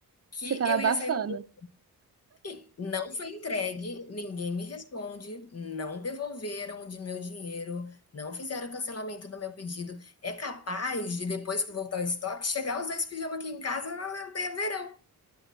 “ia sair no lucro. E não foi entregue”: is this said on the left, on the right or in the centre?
Left